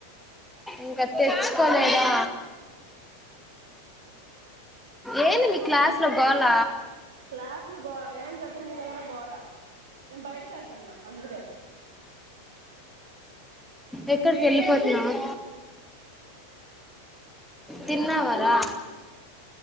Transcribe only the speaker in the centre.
ఇంకా తెచ్చుకోలేదా ఏందీ మీ క్లాస్ లో గోలా
ఎక్కడికెళ్ళిపోతున్నావు తిన్నావరా